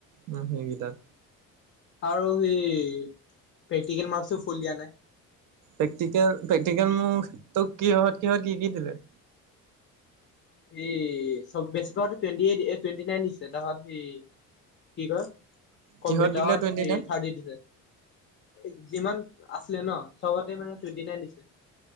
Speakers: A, on the right (about 55°); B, on the left (about 30°).
A: ন সেইগিতাত
B: আৰু সেই, প্ৰেক্টিকেল মাৰ্কচটো ফুল দিয়া নাই?
A: প্ৰেক্টিকেল-প্ৰেক্টিকেল মোৰ, তোক কিহত-কিহত কি-কি দিলে?
B: এই চব বেছিপোৱাটো টুৱেণ্টি এইট, এ টুৱেণ্টি নাইন দিছে। তাহত সি, কি কয় কম্পিউটাৰত
A: কিহত দিলে টুৱেণ্টি
B: সি
A: নাইন
B: থাৰ্টি দিছে। এ যিমান আছিলে ন? চবতে মানে টুৱেন্টি নাইন দিছে।